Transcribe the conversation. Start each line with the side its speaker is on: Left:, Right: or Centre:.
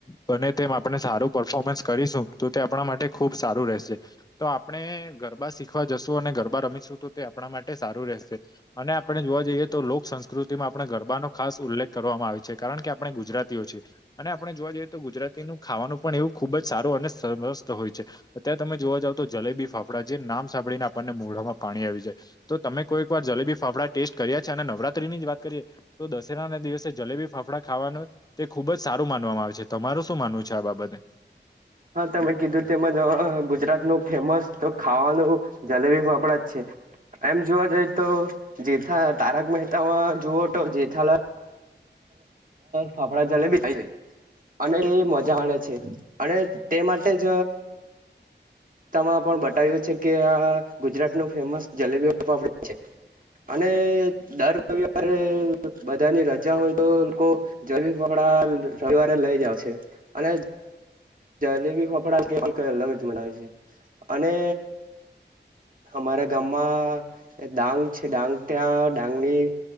Left: બને તેમ આપણે સારું પરફોર્મન્સ કરીશું તો તે આપણા માટે ખુબ સારું રહેશે. તો આપણે ગરબા શીખવા જશું અને ગરબા રમીશું તો તે આપણા માટે સારું રહેશે. અને આપણે જોવા જઈએ તો લોક સંસ્કૃતિમાં આપણે ગરબાનો ખાસ ઉલ્લેખ કરવામાં આવે છે કારણ કે આપણે ગુજરાતીઓ છીએ. અને આપણે જોવા જઈએ તો ગુજરાતીનું ખાવાનું પણ એવું ખુબ જ સારું અને સમસ્ત હોય છે. અત્યારે તમે જોવા જાવ તો જલેબી ફાફડા જે નામ સાંભળીને આપણને મોઢામાં પાણી આવી જાય. તો તમે કોઈ એક વાર જલેબી ફાફડા ટેસ્ટ કર્યા છે અને નવરાત્રી ની જ વાત કરીએ. તો દશેરા ના દિવસે જલેબી ફાફડા ખાવાનું તે ખુબ જ. સારું માનવામાં આવે છે તમારું શું માનવું છે આ બાબતે.
Right: હા તમે કીધું તેમજ ગુજરાત નું ફેમસ તો ખાવાનું. જલેબી ફપડા જ છે. એમ જોવા જઈ તો જેથા તારક મહેતા જુઓ તો જેથાલા ફાફડા જલેબી અને એ મજા આવેે છે. અને તે માટે જ માં પણ બતાવ્યું છે. કે આ ગુજરાત નું ફેમસ જલેબી ઓપડ છે. અને દર રવિવારે બધાની રજા હોય લોકો જરબી પકડા રવિવારે લઈ જ છે. અને જલેબી ફફડા કેવા અલગત મળવે છે. અને અમારા ગામમાં ડાંગ છે. ડાંગ ત્યાં ડાંગની